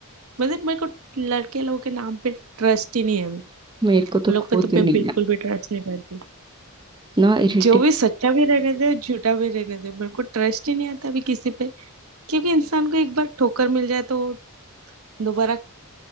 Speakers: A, on the right; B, on the right.
A: मतलब मेरे को लड़के लोगों के नाम पे ट्रस्ट ही नहीं है अभी
B: मेरे को
A: उन
B: तो
A: लोग
B: खुद
A: पे तो
B: नहीं
A: मैं बिल्कुल
B: है
A: भी ट्रस्ट नहीं करती
B: ना इरिटेट
A: जो भी सच्चा भी रहने दे झूठा भी रहने दे मेरे को ट्रस्ट ही नहीं आता अभी किसी पे क्योंकि इंसान को एक बार ठोकर मिल जाए तो वो दोबारा